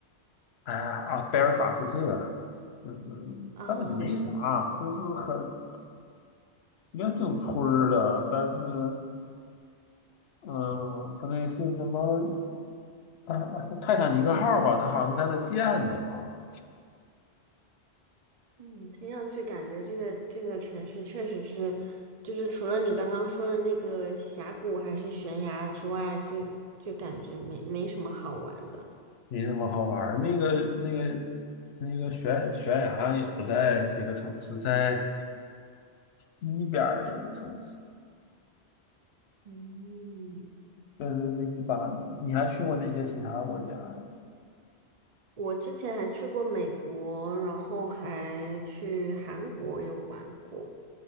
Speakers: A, on the left; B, on the right.
A: 哎呀啊，贝尔法斯特，就是
B: 啊，
A: 但那没啥，就是很也挺村儿的，但是，嗯，他那是什么啊？啊是泰坦尼克号吧？它好像在那建的吧？
B: 嗯，听上去感觉这个这个城市确实是，就是除了你刚刚说的那个峡谷还是悬崖之外，就就感觉没没什么好玩的。
A: 没什么好玩儿。那个那个那个悬悬崖也不在这个城市，在西边儿的一个城市，
B: 嗯，
A: 就是是一般的。你还去过那些其他国家呀？
B: 我之前还去过美国，然后还去韩国有玩过。